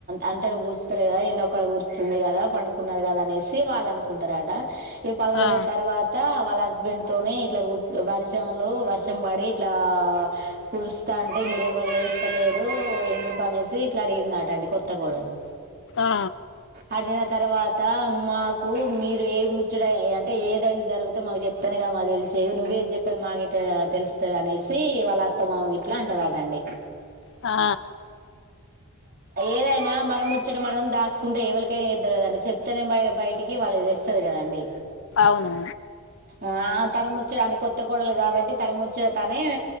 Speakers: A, on the right; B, on the left.
A: అంత కూర్స్తలే కదా ఎన్నొక్క కూరుస్తుంది కదా పండుకున్నారు కదా అనేసి వాళ్ళు అనుకుంటారు ఆట ఈ పది రోజుల
B: ఆ
A: తర్వాత వాళ్ళ హస్బెండ్ తోనే ఇట్లా వర్షంలు వర్షం పడి ఇట్లా కురుస్తాంటే మీర ఎవరు లేస్తలేరు ఎందుకు అనే త్రీ ఇట్లా అడిగిందటండి కొత్తకూడలు
B: ఆ
A: అడి తర్వాత మాకు మీరు ఏ ముచ్చడ అంటే ఏదైనా జరిగితే మాకు చెపైను కదా మా తెలిసేది నువ్వేది చెప్పది మా గెట్లా తెలుస్తుంది అనేసి వాళ్ళ అత్త మామ గ ఇట్లా అంటుారటండి
B: ఆ
A: ఏదైనా మనం ముచ్చట మనం దాచుకుంటే ఎవలికైనా ఇద్దలేదండి చెప్తేనే బయటికి వాళ్ళకి తెలుస్తది కదండి
B: అవును
A: ఆయ్ తన ముచ్చడు అంట కొత్త కోడలు కాబట్టి తన ముచ్చట తనే